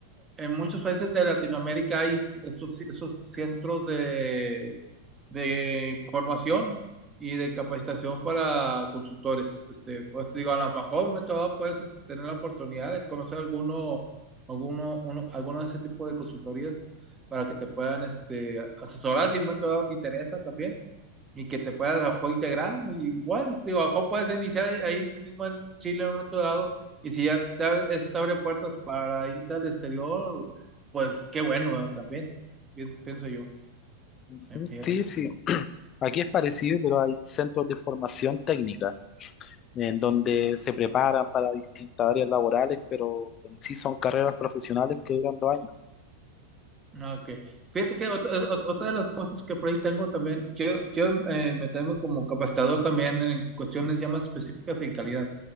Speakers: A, on the right; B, on the left.
A: en muchos países de Latinoamérica hay estos, estos centros de de formación y de capacitación para consultores. Este, pues te digo, a lo mejor me puedes este, tener la oportunidad de conocer alguno, alguno, uno- alguno de ese tipo de consultorías para que te puedan este, asesorar si en un momento dado te interesa también y que te puedas a lo mejor integrar. Igual, te digo, a lo mejor puedes iniciar ahí mismo en Chile en un momento dado y si ya te abre- eso te abre puertas para irte al exterior, pues qué bueno, ¿verdad? También, pienso, pienso yo,
B: Ujú.
A: eh, fíjate.
B: Sí, sí. Aquí es parecido, pero hay centros de formación técnica en donde se preparan para distintas áreas laborales, pero en sí son carreras profesionales que duran dos años.
A: Ah, Ok. Fíjate que ot- ot- otra de las cosas que por ahí tengo también, yo, yo eh, me tengo como capacitador también en cuestiones ya más específicas en calidad,